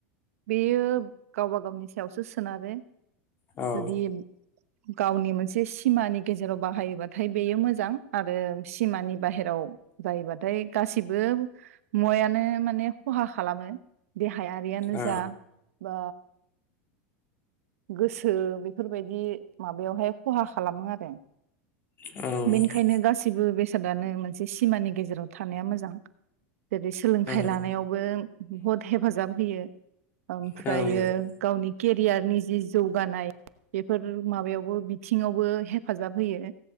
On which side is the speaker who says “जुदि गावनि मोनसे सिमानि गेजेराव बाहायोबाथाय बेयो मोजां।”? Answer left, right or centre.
Right